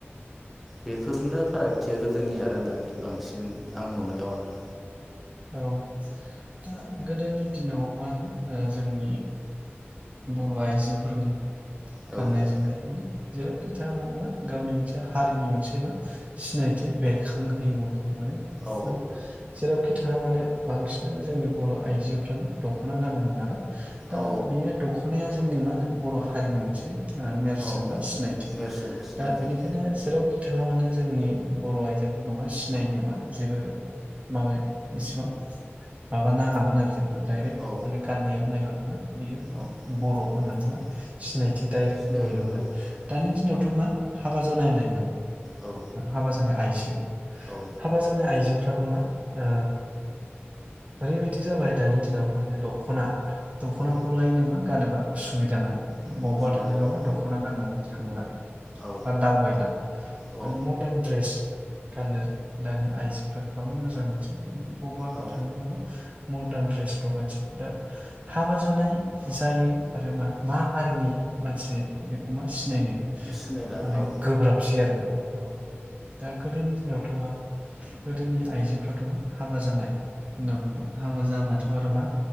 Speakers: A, in the centre; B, on the right (about 30°).
A: बेफोरनो फारागथिया गोदोनि आरो दानि बांसिन आं नुनायाव आरो
B: औ दा गोदोनि दिनाव मा होनो ओ जोंनि बर' आइजोफोरनि
A: औ
B: गाननाय जोमनाय माने जेरावखि थाया माने मा गावनि मोनसे हारिनि मोनसे मा सिनायथि बेरखांहोयोमोन आर माने
A: औ
B: माने जेराव खि थाङा माने बांसिनानो जोंनि बर' आइजोफ्रा मा दख'ना गानोमोन नालाय। दा
A: औ
B: बियो दख'नाया जोंनि मा होनो बर' हारिनि मोनसे आ नेरसोन
A: औ
B: बा सिनायथि
A: नेरसोन सिनायथि
B: दा बेनिखायनो
A: औ
B: जेराव खि थाङा मानो जोंनि बर' आइजोफोरखौ मा सिनायनो मा जेबो माबा एसेबां माबा नाङामोन आरो जेन डाइरेक्ट
A: औ
B: माने गाननायाव नायबानो बेयो
A: औ
B: बर' होननानै
A: औ
B: मा सिनायथि दडाइरेक्ट
A: सिनायोमोन
B: मोनोमोन
A: औ
B: आरो
A: औ
B: दानि दिनावथ' मा हाबा जानायलायमोन
A: औ
B: हाबा जानाय आइस
A: औ
B: हाबा जानाय आइजो फ्राबो मा ओ ओरैबायदि जाबाय दानि दिनाव माने दख'ना दख'नाखौ
A: ओ
B: लायनो मा गानोबा उसुबिदा नांगो
A: औ
B: बबावबा
A: उसुबिदा
B: थाङोबाबो
A: औ
B: दखना गाननानै थांला
A: औ
B: बा दावबायला माने
A: औ
B: मदार्न द्रेस गाननो दानि आइजोफ्रा गोबां मोजां मोनो <unintelligible> बबाफोर
A: औ
B: थाङोबा मा - मर्दार्न दड्रेसल गानसै दा हाबा जानाय जायै आरो मा मा हारिनि मानसै बेखौ मा सि नायनो
A: सिनायला
B: माने
A: औ
B: गोब्राबसै आरो माने औ दा गोदोनि दिनावथ मा गोदोनि आइजोफोर <unintelligible> मा? हाबा जानाय होनना बुंङो हाबा जाबाथ आरो मा